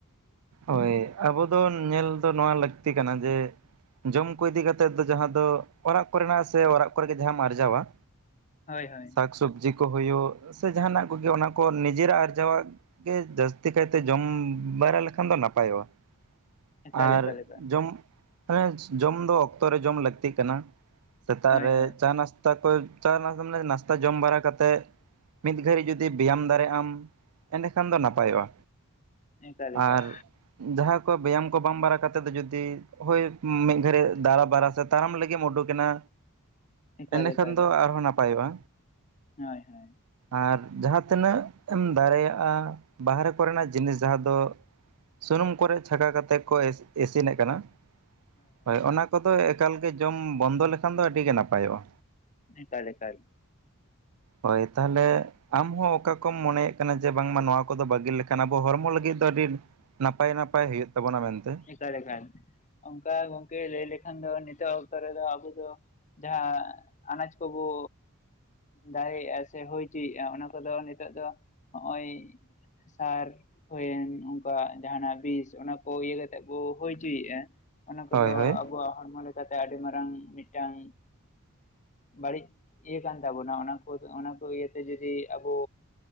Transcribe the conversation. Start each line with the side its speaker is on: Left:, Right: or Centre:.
Right: ᱦᱳᱭ ᱟᱵᱚ ᱫᱚ ᱧᱮᱞ ᱫᱚ ᱱᱚᱣᱟ ᱞᱟᱹᱠᱛᱤ ᱠᱟᱱᱟ ᱡᱮ ᱡᱚᱢ ᱠᱚ ᱤᱫᱤ ᱠᱟᱛᱮᱫ ᱫᱚ ᱡᱟᱦᱟᱸ ᱫᱚ, ᱚᱲᱟᱜ ᱠᱚᱨᱮᱱᱟᱜ ᱥᱮ ᱚᱲᱟᱜ ᱠᱚᱨᱮ ᱜᱮ ᱡᱟᱦᱟᱸᱢ ᱟᱨᱡᱟᱣᱟ᱾
Left: ᱦᱳᱭ ᱦᱳᱭ᱾
Right: ᱥᱟᱠ ᱥᱚᱵᱽᱡᱤ ᱠᱚ ᱦᱩᱭᱩᱜ, ᱥᱮ ᱡᱟᱦᱟᱱᱟᱜ ᱠᱚᱜᱮ ᱚᱱᱟ ᱠᱚ ᱱᱤᱡᱮᱨᱟᱜ ᱟᱨᱡᱟᱣᱟᱜ ᱜᱮ ᱡᱟᱹᱥᱛᱤ ᱠᱟᱭᱛᱮ ᱡᱚᱢ ᱵᱟᱲᱟ ᱞᱮᱠᱷᱟ ᱠᱷᱟᱱ ᱫᱚ ᱱᱟᱯᱟᱭᱚᱜᱼᱟ,
Left: ᱮᱠᱟᱞ
Right: ᱟᱨ
Left: ᱮᱠᱟᱞ ᱮᱠᱟᱞ
Right: ᱡᱚᱢ ᱢᱟᱱᱮ ᱡᱚᱢ ᱫᱚ ᱚᱠᱛᱚ ᱨᱮ ᱡᱚᱢ ᱞᱟᱹᱠᱛᱤ ᱠᱟᱱᱟ, ᱥᱮᱛᱟᱜ
Left: ᱦᱳᱭ
Right: ᱨᱮ
Left: ᱦᱳᱭ
Right: ᱪᱟ ᱱᱟᱥᱼᱼ ᱛᱟ ᱠᱚ ᱪᱟ ᱱᱟ ᱢᱟᱱᱮ ᱱᱟᱥᱛᱟ ᱡᱚᱢ ᱵᱟᱲᱟ ᱠᱟᱛᱮᱫ ᱢᱤᱫ ᱜᱷᱟᱹᱲᱤᱡ ᱡᱩᱫᱤ ᱵᱮᱭᱟᱢ ᱫᱟᱲᱮᱜ ᱟᱢ ᱮᱸᱰᱮᱠᱷᱟᱱ ᱫᱚ ᱱᱟᱯᱟᱭᱚᱜᱼᱟ᱾
Left: ᱮᱠᱟᱞ ᱮᱠᱟᱞ
Right: ᱟᱨ ᱡᱟᱦᱟᱸ ᱠᱚ ᱵᱮᱭᱟᱢ ᱠᱚ ᱵᱟᱝ ᱵᱟᱲᱟ ᱠᱟᱛᱮᱫ ᱫᱚ ᱡᱩᱫᱤ ᱦᱳᱭ ᱢᱤᱫ ᱜᱷᱟᱹᱲᱤ ᱫᱟᱨᱟ ᱵᱟᱲᱟ ᱥᱮ ᱛᱟᱲᱟᱢ ᱞᱟᱹᱜᱤᱫ ᱮᱢ ᱩᱰᱩᱠ ᱮᱱᱟ,
Left: ᱮᱠᱟᱞ
Right: ᱮᱸᱰᱮᱠᱷᱟᱱ
Left: ᱮᱠᱟᱞ
Right: ᱫᱚ ᱟᱨᱦᱚᱸ ᱱᱟᱯᱟᱭᱚᱜᱼᱟ᱾
Left: ᱦᱳᱭ ᱦᱳᱭ᱾
Right: ᱟᱨ ᱡᱟᱦᱟᱸ ᱛᱤᱱᱟᱹᱜ ᱮᱢ ᱫᱟᱲᱮᱭᱟᱜᱼᱟ ᱵᱟᱦᱨᱮ ᱠᱚᱨᱮᱱᱟᱜ ᱡᱤᱱᱤᱥ ᱡᱟᱦᱟᱸ ᱫᱚ ᱥᱩᱱᱩᱢ ᱠᱚᱨᱮᱫ ᱪᱷᱟᱠᱟ ᱠᱟᱛᱮ ᱠᱚ ᱤᱥᱤᱱᱮᱫ ᱠᱟᱱᱟ, ᱦᱳᱭ ᱚᱱᱟ ᱠᱚᱫᱚ ᱮᱠᱟᱞ ᱜᱮ ᱡᱚᱢ ᱵᱚᱱᱫᱚ ᱞᱮᱠᱷᱟᱱ ᱫᱚ ᱟᱹᱰᱤ ᱜᱮ ᱱᱟᱯᱟᱭᱚᱜᱼᱟ᱾
Left: ᱮᱠᱟᱞ ᱮᱠᱟᱞ᱾
Right: ᱦᱳᱭ ᱛᱟᱦᱚᱞᱮ ᱟᱢᱦᱚᱸ ᱚᱠᱟ ᱠᱚᱢ ᱢᱚᱱᱮᱭᱮᱫ ᱠᱟᱱᱟ ᱡᱮ ᱵᱟᱝᱢᱟ ᱱᱚᱣᱟ ᱠᱚᱫᱚ ᱵᱟᱹᱜᱤ ᱞᱮᱠᱷᱟᱱ ᱟᱵᱚ ᱦᱚᱲᱢᱚ ᱞᱟᱹᱜᱤᱫ ᱫᱚ ᱟᱹᱰᱤ, ᱱᱟᱯᱟᱭ ᱱᱟᱯᱟᱭ ᱦᱩᱭᱩᱜ ᱛᱟᱵᱚᱱᱟ ᱢᱮᱱᱛᱮ᱾
Left: ᱪᱤᱠᱟᱭ ᱞᱮᱠᱷᱟᱱ ᱚᱱᱠᱟ ᱜᱚᱝᱠᱮ ᱞᱟᱹᱭ ᱞᱮᱠᱷᱟᱱ ᱫᱚ ᱱᱤᱛᱚᱜ ᱚᱠᱛᱚ ᱨᱮᱫᱚ ᱟᱵᱚ ᱫᱚ, ᱡᱟᱦᱟᱸ ᱟᱱᱟᱡᱽ ᱠᱚᱵᱚ ᱫᱟᱜᱮᱫ ᱟᱭ ᱥᱮ ᱦᱩᱭ ᱦᱚᱪᱚᱭᱮᱜᱼᱟ ᱚᱱᱟ ᱠᱚᱫᱚ ᱱᱤᱛᱚᱜ ᱫᱚ ᱱᱚᱜᱼᱚᱭ ᱥᱟᱨ ᱦᱩᱭᱮᱱ ᱩᱱᱠᱩᱣᱟᱜ ᱡᱟᱦᱱᱟᱜ ᱵᱤᱥ ᱚᱱᱟᱠᱚ ᱤᱭᱟᱹ ᱠᱟᱛᱮ ᱥᱮᱫ ᱵᱚ ᱦᱩᱭ ᱦᱚᱪᱚᱭᱮᱫᱼᱟ ᱚᱱᱟ ᱠᱚᱫᱚ
Right: ᱦᱳᱭ ᱦᱳᱭ
Left: ᱟᱵᱚᱣᱟᱜ ᱦᱚᱲᱢᱚ ᱞᱮᱠᱟᱛᱮ ᱟᱹᱰᱤ ᱢᱟᱨᱟᱝ ᱢᱤᱫᱴᱟᱝ, ᱵᱟᱹᱲᱤᱡ ᱤᱭᱟᱹ ᱠᱟᱱ ᱛᱟᱵᱚᱱᱟ ᱚᱱᱟ ᱠᱚ ᱚᱱᱟ ᱠᱚ ᱤᱭᱟᱹ ᱛᱮ ᱡᱩᱫᱤ ᱟᱵᱚ,